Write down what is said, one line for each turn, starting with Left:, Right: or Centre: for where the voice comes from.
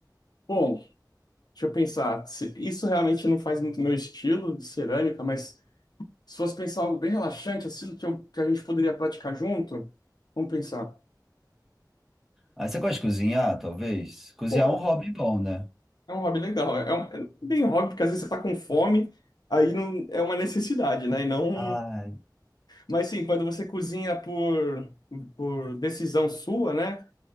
Left: Bom, deixa eu pensar. Se- Isso realmente não faz muito meu estilo de cerâmica, mas se fosse pensar algo bem relaxante, assim, que, eu- que a gente poderia praticar junto, vamos pensar.
Centre: Ah, você gosta de cozinhar, talvez? Cozinhar
Left: Pô,
Centre: é um hobby bom, né?
Left: é um hobby legal. É, é um- é bem um hobby, porque às vezes você tá com fome, aí não, é uma necessidade, né? E não.
Centre: Ai,
Left: Mas sim, quando você cozinha por, por decisão sua, né?